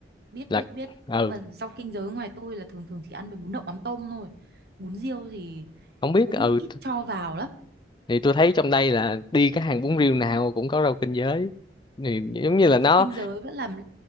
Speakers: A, on the right (about 60°); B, on the left (about 25°).
A: biết
B: là
A: biết biết
B: ừ
A: nhưng mà rau kinh giới ngoài tôi là thường thường chỉ ăn với bún đậu mắm tôm thôi bún riêu thì
B: không biết
A: cũng
B: ừ
A: ít cho vào lắm
B: thì tôi thấy trong đây là đi các hàng bún riêu nào cũng có rau kinh giới thì giống như là nó
A: rau kinh giới vẫn làm